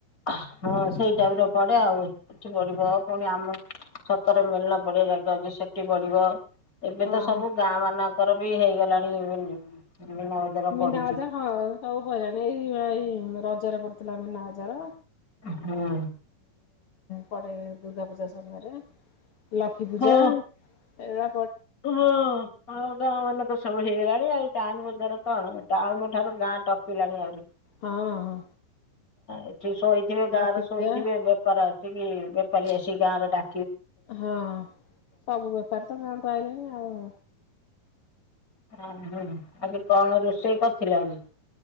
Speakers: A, on the left; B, on the left.
A: ହଁ ସେଇ ଟାଇମ ରେ ପଡେ ଆଉ ଏଠି ପଢିବ ପୁଣି ଆମ ଛକ ରେ ମେଳନ ପଡିଆ ଜାଗା ଅଛି ସେଠି ବଡିବ ଏବେ
B: ହଁ।
A: ତ ସବୁ ଗାଁ ମାନଙ୍କର ବି ହେଇଗଲାଣି ମୀନା ବଜାର
B: ମିନା
A: ପଡୁଛି।
B: ବାଜାର ହଁ ସବୁ ପଇଲାଣି ଏଇ ରଜରେ ପଡିଥିଲା ମିନା ବଜାର
A: ହୁଁ।
B: ପଡେ ଦୁର୍ଗା ପୂଜା ସମୟରେ ଲକ୍ଷ୍ମୀ ପୂଜା
A: ହଁ
B: ଏରା
A: ହଁ ଆଉ ଗାଁ ମାନଙ୍କରେ ସବୁ ହେଇ ଗଲାଣି ଆଉ ଟାଉନ ବଜାର କଣ ଟାଉନ ଠାରୁ ଗାଁ ଟପିଲାଣି ଆହୁରି
B: ହଁ ହଁ।
A: ଏଠି ଶୋଇଥିବେ ଗାଁ
B: ଲକ୍ଷ୍ମୀ
A: ରେ
B: ପୂଜା
A: ଶୋଇଥିବେ ବେପାର ଆସିକି ବେପାରୀ ଆସିକି ଗାଁରେ ଡା
B: ହଁ ସବୁ ବେପାରି ତ ଗାଁ କୁ ଆଇିଲେଣି ଆଉ
A: ଅ ହୁଁ ଆଜି କଣ ରୋଷେଇ କରିଥିଲ ଆଜି?